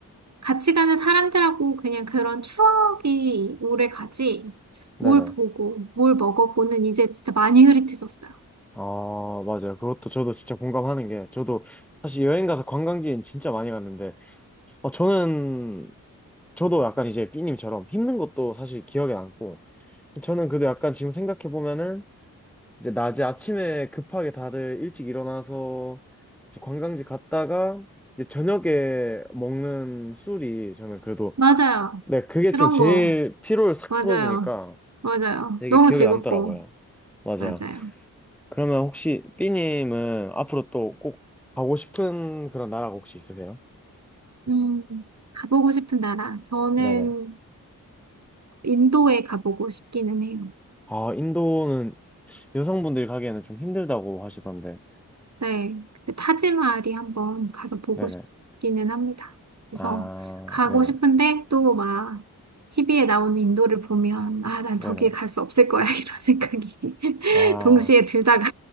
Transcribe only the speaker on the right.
같이 가는 사람들하고 그냥 그런 추억이 오래 가지.
뭘 보고, 뭘 먹었고는 이제 진짜 많이 흐릿해졌어요.
맞아요.
그런
거.
맞아요.
맞아요.
너무
즐겁고.
맞아요.
음, 가보고 싶은 나라. 저는
인도에 가보고 싶기는 해요.
네, 근데 타지마할이 한번 가서 보고
싶기는 합니다. 그래서
가고
싶은데 또 막 TV에 나오는 인도를 보면 아, 난
저기에 갈 수 없을 거야 <laughs> 이런 생각이 <laughs>
동시에 들다가